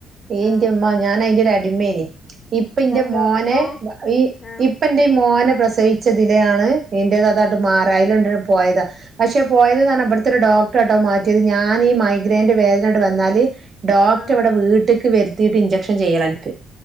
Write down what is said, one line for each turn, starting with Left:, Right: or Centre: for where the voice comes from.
Right: ഏയ്ന്റുമ്മ
Left: ആ
Right: ഞാനയിന്റൊരടിമയായ് ഇപ്പിന്റെ
Left: എന്നിട്ടോ
Right: മോനെ
Left: ഇപ്പൊ
Right: ഈ ഇപ്പ്
Left: ആ
Right: ഇപ്പെന്റെ ഈ മോനെ പ്രസവിച്ചതില് ആണ് ഇന്റേത്
Left: ഉം,
Right: അതങ്ങ്ട്ട് മാറാ അയ്ലണ്ട് പോയതാ പക്ഷെ പോയത് ന്ന് ഇവിട്ത്തൊരു ഡോ ക്ടറാട്ടൊ മാറ്റിയത് ഞാനീ മൈഗ്രൈൻന്റെ വേദനായ്ട്ട് വന്നാല് ഡോക്ടറെവിടെ
Left: ആ
Right: വീട്ട്ക്ക് വെര് ത്തീട്ട് ഇഞ്ചെക്ഷൻ ചെയ്യലാ എന്ക്ക്